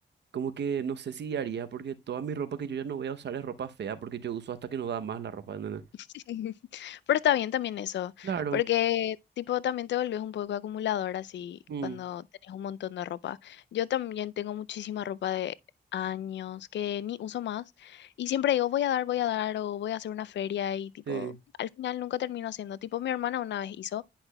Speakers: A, on the right; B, on the left.
A: Como que no sé si haría, porque toda mi ropa que yo ya no voy a usar es ropa fea, porque yo uso hasta que no da más la ropa, ¿entendés?
B: <laughs> Pero está bien también eso,
A: Claro,
B: porque tipo también te volvés un poco acumulador así
A: mm,
B: cuando tenés un montón de ropa. Yo también tengo muchísima ropa de años que ni uso más y siempre digo voy a dar, voy a dar o voy a hacer una feria y tipo
A: sí,
B: al final nunca termino haciendo. Tipo mi hermana una vez hizo